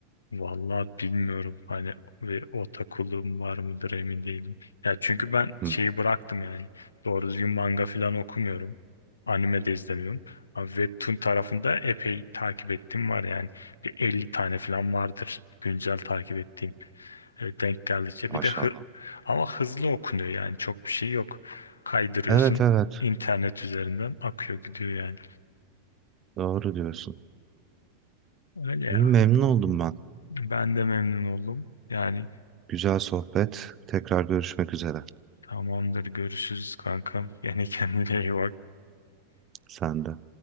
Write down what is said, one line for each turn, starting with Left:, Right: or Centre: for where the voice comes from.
Left: Vallahi bilmiyorum hani ve o takılığım var mıdır emin değilim. Ya çünkü ben
Right: Hmm,
Left: şeyi bıraktım yani. Doğru düzgün manga falan okumuyorum. Anime de izlemiyorum. Ama Webtoon tarafında epey takip ettiğim var yani. Bir 50 tane falan vardır güncel takip ettiğim. E, denk geldikçe.
Right: maşallah.
Left: Bir de hı ama hızlı okunuyor yani çok bir şey yok. Kaydırıyorsun
Right: Evet evet.
Left: internet üzerinden akıyor gidiyor yani.
Right: Doğru diyorsun.
Left: Öyle
Right: İyi
Left: ya.
Right: memnun oldum ben.
Left: Ben de memnun oldum. Yani
Right: Güzel sohbet. Tekrar görüşmek üzere.
Left: Tamamdır. Görüşürüz kankam. Yani <laughs> kendine iyi bak.
Right: Sen de.